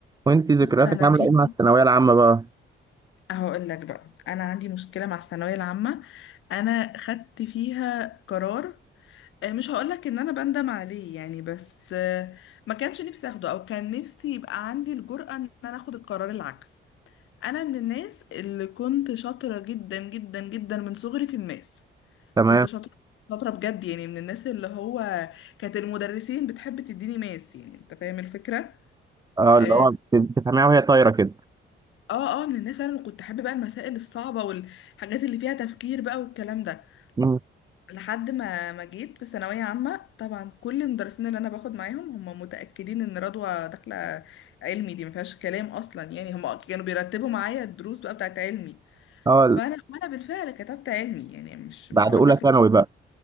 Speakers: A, on the right; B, on the left.
A: وانت ذكرياتك
B: بص انا
A: عامله
B: في
A: ايه مع الثانويه العامه بقى
B: هقول لك بقى انا عندي مشكله مع الثانويه العامه انا خدت فيها قرار آه، مش هقول لك ان انا بندم عليه يعني بس آه، ما كانش نفسي اخده او كان نفسي يبقى عندي الجرأة ان انا اخد القرار العكس انا من الناس اللي كنت شاطره جدا جدا جدا من صغري في الماس
A: تمام
B: كنت شاطره شاطره بجد يعني من الناس اللي هو كانت المدرسين بتحب تديني ماس يعني انت فاهم الفكره
A: اه
B: آه،
A: اللي هو بت- بتفهميها وهي طايره كده
B: اه اه من الناس انا اللي كنت حابه بقى المسائل الصعبه والحاجات اللي فيها تفكير بقى والكلام ده
A: مم.
B: لحد ما ما جيت في ثانويه عامه طبعا كل المدرسين اللي انا باخد معاهم هم متاكدين ان رضوى داخله علمي دي ما فيهاش كلام اصلا يعني هم كانوا بيرتبوا معايا الدروس بقى بتاعت علمي
A: اه ال-
B: فانا وانا بالفعل كتبت علمي يعني مش
A: بعد
B: مش هقول
A: اولى
B: لك
A: ثانوي بقى